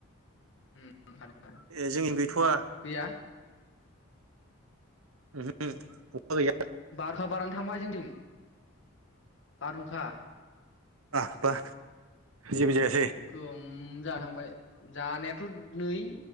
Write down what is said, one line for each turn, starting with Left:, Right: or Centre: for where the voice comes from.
Left: उम हादों
Right: ए जोंनि गैथ'वा
Left: गैया
Right: ओहो अखा‌ गैया
Left: हुंखा बारानो थांबाय जोंनिथिं बारहुंखा
Right: आ बा जेबो जाया
Left: गोम जा थांबाय जानायाथ' नै